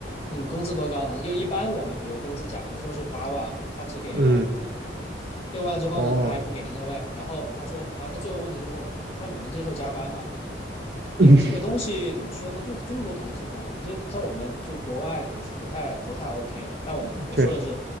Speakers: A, on the left (about 35°); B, on the right (about 60°).
A: 那你工资多高呢？又一般我们比如工资假如说是八万啊，他只给六万，
B: 嗯
A: 六万之后呢他还不给停车位，
B: 哦，
A: 然后他说，然后他最后问题是问我，他说你能接受加班吗？因为这个东西怎么说呢？
B: <laughs>
A: 就是中国可能正常了，我们这在我们就国外可能是不太不太 OK 的。但我我说的是，
B: 确实，